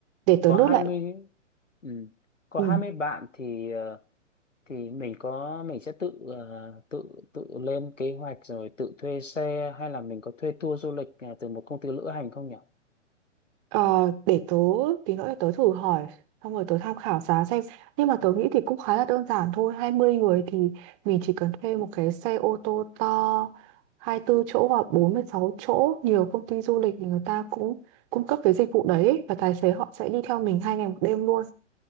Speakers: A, on the right; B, on the left.
A: để tớ
B: có
A: nốt
B: 20
A: lại.
B: ừ. Có
A: Ừ.
B: 20 bạn thì ờ, thì mình có mình sẽ tự ờ, tự tự lên kế hoạch rồi tự thuê xe hay là mình có thuê tour du lịch ờ, từ một công ty lữ hành không nhỉ?
A: Ờ, để tớ tí nữa để tớ thử hỏi xong rồi tớ tham khảo giá xem nhưng mà tớ nghĩ thì cũng khá là đơn giản thôi 20 người thì mình chỉ cần thuê một cái xe ô tô to 24 chỗ hoặc bốn mươi sáu chỗ nhiều công ty du lịch thì người ta cũng cung cấp cái dịch vụ đấy ấy, và tài xế họ sẽ đi theo mình hai ngày một đêm luôn